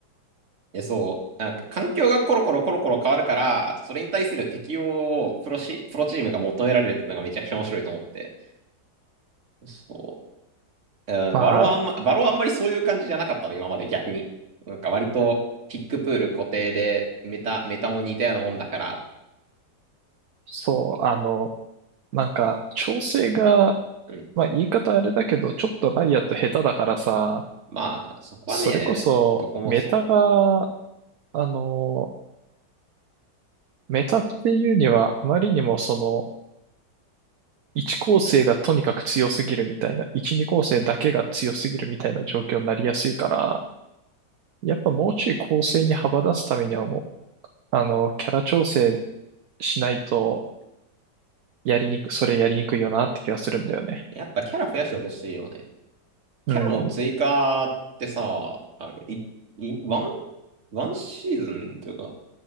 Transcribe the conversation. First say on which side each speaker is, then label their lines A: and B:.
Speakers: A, on the right; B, on the right.
A: え、そう。なんか環境がコロコロコロコロ変わるから、それに対する適応をプロシ、プロチームが求められるっていうのがめちゃくちゃ面白いと思って。そう。えーバロはあんま、
B: まあ、
A: バロはあんまりそういう感じじゃなかったの、今まで逆に。なんか割と、ピックプール固定で、メタ、メタも似たようなもんだから、
B: そう、
A: みたい
B: あの、なんか調整が、
A: な。うん。
B: まあ言い方あれだけど、ちょっとライアット下手だからさ、
A: まあ、そこはね、
B: それこそメタが
A: どこもそ
B: あのメタっていうには、あまりにもその、1構成がとにかく強すぎるみたいな、1、2構成だけが強すぎるみたいな状況になりやすいから、やっぱもうちょい構成に幅出すためにはもう、あの、キャラ調整しないと、やりにく、それやりにくいよなって気がするんだよね。
A: う。やっぱキャラ増やしてほしいよね。キャラの追加ってさ、
B: うん。
A: あれ、い、い、ワンワンシーズンというか、